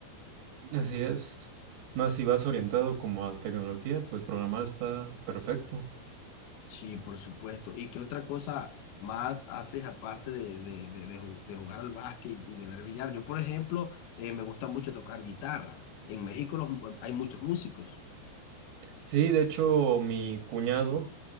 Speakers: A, on the right (about 75°); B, on the left (about 80°).
A: Así es. Más si vas orientado como a tecnología, pues programar está perfecto.
B: Sí, por supuesto. ¿Y qué otra cosa más haces aparte de, de, de- de ju- de jugar al básquet y de ver billar? Yo, por ejemplo, eh, me gusta mucho tocar guitarra. En México los mu- hay muchos músicos,
A: Sí, de hecho, mi cuñado